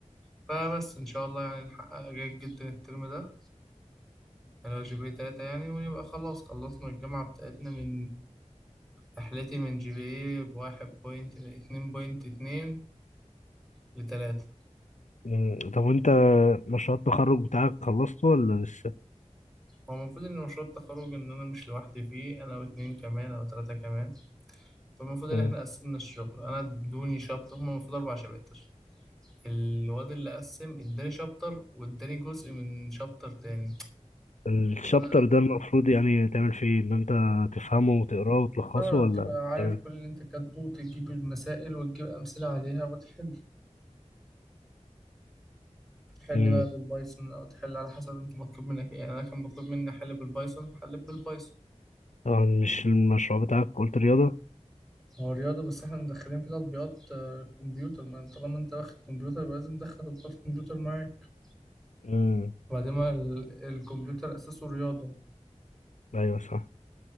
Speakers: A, in the centre; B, on the left (about 75°).
A: فبس إن شاء الله يعني نحقق جيد جدا الترم ده اللي هو جي بي اي تلاتة يعني ونبقى خلاص خلصنا الجامعة بتاعتنا من رحلتي من جي بي اي بواحد بوينت اتنين بوينت اتنين لتلاتة
B: مم. طب وانت مشروع التخرج بتاعك خلصته ولا لسه
A: هو المفروض إن مشروع التخرج إن أنا مش لوحدي فيه أنا واتنين كمان أو تلاتة كمان فالمفروض ان
B: مم.
A: احنا قسمنا الشغل انا ادوني شابتر هما المفروض اربع شباتر الواد اللي قسم اداني شابتر واداني جزء من شابتر تاني
B: الشابتر
A: فانا
B: ده المفروض يعني تعمل فيه ايه؟ ان انت تفهمه وتقراه وتلخصه
A: اه
B: ولا
A: تبقى عارف
B: تعمل
A: كل اللي انت كاتبه وتجيب المسائل وتجيب أمثلة عليها وتحل تحل
B: مم.
A: بقى بالبايثون أو تحل على حسب انت مطلوب منك ايه يعني أنا كان مطلوب مني أحل بالبايثون فحليت بالبايثون
B: طبعا مش المشروع بتاعك قلت رياضة
A: هو رياضة بس احنا مدخلين في تطبيقات آه، كمبيوتر ما انت طالما انت واخد كمبيوتر يبقى لازم تدخل تطبيقات كمبيوتر معاك
B: مم.
A: وبعدين ما ال- الكمبيوتر أساسه رياضة
B: ايوه صح